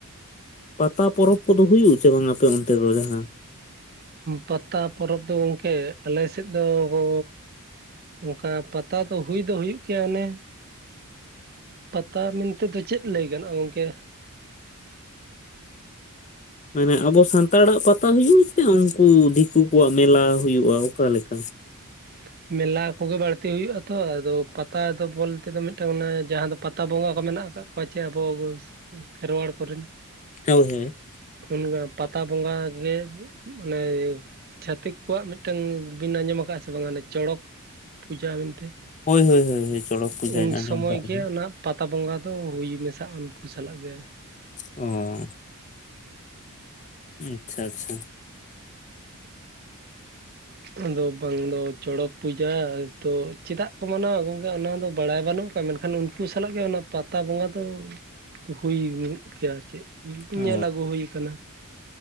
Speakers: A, on the left (about 30°); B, on the right (about 45°).
A: ᱯᱟᱛᱟ ᱯᱚᱨᱚᱵᱽ ᱠᱚᱫᱚ ᱦᱩᱭᱩᱜᱼᱟᱥᱮ ᱵᱟᱝ ᱟᱯᱮ ᱚᱱᱛᱮ ᱫᱚ ᱡᱟᱦᱟᱸ?
B: ᱯᱟᱛᱟ ᱯᱚᱨᱚᱵᱽ ᱫᱚ ᱜᱚᱝᱠᱮ ᱟᱞᱮᱥᱮᱜ ᱫᱚ ᱜᱚ ᱚᱱᱠᱟ ᱯᱟᱛᱟ ᱫᱚ ᱦᱩᱭ ᱫᱚ ᱦᱩᱭᱩᱜ ᱜᱮᱭᱟ ᱚᱱᱮ, ᱯᱟᱛᱟ ᱢᱮᱱᱛᱮᱫᱚ ᱪᱮᱫ ᱞᱟᱹᱭ ᱜᱟᱱᱚᱜᱼᱟ ᱜᱚᱝᱠᱮ?
A: ᱢᱟᱱᱮ ᱟᱵᱚ ᱥᱟᱱᱛᱟᱲᱟᱜ ᱯᱟᱛᱟ ᱦᱩᱭᱩᱜ ᱥᱮ ᱩᱱᱠᱩ ᱫᱤᱠᱩ ᱠᱚᱣᱟᱜ ᱢᱮᱞᱟ ᱦᱩᱭᱩᱜᱼᱟ ᱚᱠᱟᱞᱮᱠᱟ᱾
B: <inaudible> ᱢᱮᱞᱟ ᱠᱚᱜᱮ ᱵᱟᱹᱲᱛᱤ ᱦᱩᱭᱩᱜᱼᱟ ᱛᱚ ᱟᱫᱚ ᱯᱟᱛᱟ ᱫᱚ ᱵᱚᱞᱛᱮ ᱫᱚ ᱢᱤᱫᱴᱟᱝ ᱚᱱᱟ ᱡᱟᱦᱟᱸ ᱫᱚ ᱯᱟᱛᱟ ᱵᱚᱸᱜᱟ ᱠᱚ ᱢᱮᱱᱟᱜ ᱟᱠᱟᱫ, ᱯᱟᱪᱷᱮ ᱟᱵᱚ ᱠᱚ ᱠᱷᱮᱨᱣᱟᱲ ᱠᱚᱨᱮᱱ
A: ᱦᱚᱭ ᱦᱚᱭ,
B: ᱚᱱᱠᱟ ᱯᱟᱛᱟ ᱵᱚᱸᱜᱟ ᱜᱮ ᱢᱟᱱᱮ ᱪᱷᱟᱹᱛᱤᱠ ᱠᱚᱣᱟᱜ ᱢᱤᱫᱴᱟᱝ ᱵᱤᱱ ᱟᱸᱡᱚᱢ ᱟᱠᱟᱫᱼᱟ ᱥᱮ ᱵᱟᱝᱟ ᱪᱚᱲᱚᱠ ᱯᱩᱡᱟᱹ ᱢᱮᱱᱛᱮ,
A: ᱦᱳᱭ ᱦᱳᱭ ᱦᱳᱭ ᱦᱳᱭ ᱪᱚᱲᱚᱠ ᱯᱩᱡᱟᱹᱧ
B: ᱩᱱ ᱥᱚᱢᱚᱭ
A: ᱟᱸᱡᱚᱢ ᱠᱟᱜ ᱜᱮ᱾
B: ᱚᱱᱟ ᱯᱟᱛᱟ ᱵᱚᱸᱜᱟ ᱫᱚ ᱦᱩᱭ ᱢᱮᱥᱟᱜ ᱩᱱᱠᱩ ᱥᱟᱞᱟᱜ ᱜᱮ᱾
A: ᱚᱸᱻ ᱟᱪᱪᱷᱟ ᱟᱪᱪᱷᱟ᱾
B: ᱟᱫᱚ ᱵᱟᱝ ᱫᱚ ᱪᱚᱲᱚᱠ ᱯᱩᱡᱟᱹ ᱛᱚ ᱪᱮᱫᱟᱜ ᱠᱚ ᱢᱟᱱᱟᱣᱟ ᱜᱚᱝᱠᱮ ᱚᱱᱟᱫᱚ ᱵᱟᱲᱟᱭ ᱵᱟᱹᱱᱩᱜ, <unintelligible> ᱢᱮᱱᱠᱷᱟᱱ ᱩᱱᱠᱩ ᱥᱟᱞᱟᱜ ᱜᱮ ᱚᱱᱟ ᱯᱟᱛᱟ ᱵᱚᱸᱜᱟ ᱫᱚ ᱦᱩᱭ ᱜᱮᱭᱟ ᱟᱨ ᱪᱮᱜ, <unintelligible>
A: ᱚ
B: ᱧᱮᱞ ᱟᱹᱜᱩ ᱦᱩᱭ ᱟᱠᱟᱱᱟ᱾